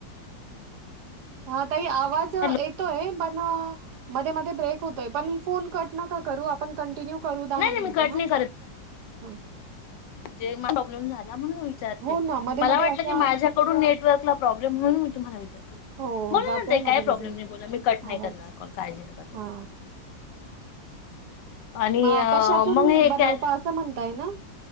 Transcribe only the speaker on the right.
हा ताई आवाज
येतोय पण अ मध्ये- मध्ये ब्रेक होतोय पण फोन कट नका करू आपण कंटिन्यू करू दहा
मिनटं
ह हां.
हो ना मध्ये
मध्ये
असा
हो
जातोय
मध्ये
मध्ये
आवाज
हा
अ कशातून
बनवता
असं म्हणताय ना.